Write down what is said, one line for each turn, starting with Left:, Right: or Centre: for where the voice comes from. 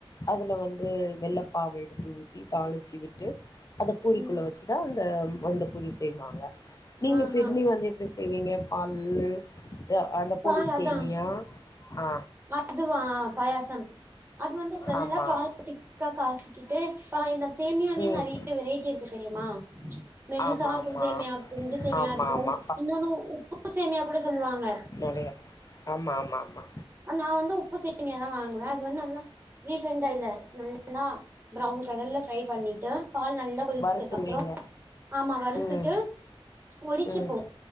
Left: அதுல வந்து வெள்ள பாவ எடுத்து ஊத்தி தாளிச்சி விட்டு அத பூரிக்குள்ள
Right: ம்
Left: வச்சுதா அந்த அந்த பூரி செய்வாங்க நீங்க
Right: ஆஹா
Left: பிர்னி வந்து எப்டி செய்வீங்க பால்லு அந்த
Right: பால்
Left: பொடி
Right: அதா
Left: சேமியா ஆ
Right: அதுவா பாயாசம் அது வந்து நல்லா
Left: ஆமா
Right: பாலத்திக்கா காய்ச்சிக்கிட்டு இப்பா இந்த சேமியாலேயே
Left: ம்
Right: நறைய வெரைட்டி இருக்கு தெரியுமா மெல்லிசா
Left: ஆமா
Right: இருக்கும்
Left: ஆமா
Right: சேமியா இருக்கும் இஞ்சி சேமியா
Left: ஆமா
Right: இருக்கும்
Left: ஆமா
Right: இன்னொன்னு உப்பு சேமியா கூட சொல்லுவாங்க
Left: நறையா ஆமா ஆமா ஆமா
Right: நா வந்து உப்பு சேமியா தா வாங்குவேன் அது வந்து நல்லா ரிபன்டாயில நல்லா பிரவுன் கலர்ல ப்ரை பண்ணிட்டு பால் நல்லா கொதிச்சதுக்கு
Left: வறுத்துருவீங்க
Right: அப்புறம் ஆமா வருத்துட்டு
Left: ம்
Right: ஒடிச்சுப்போம்
Left: ம்